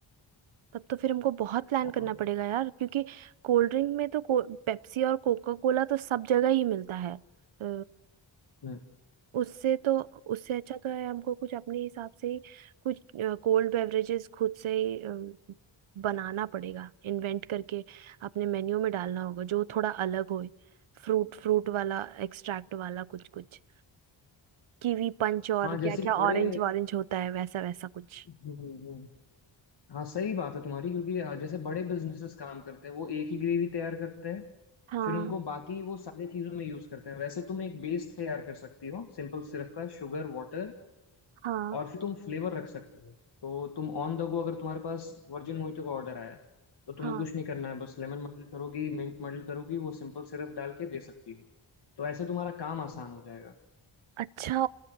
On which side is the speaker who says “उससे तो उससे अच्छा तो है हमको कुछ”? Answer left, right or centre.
Right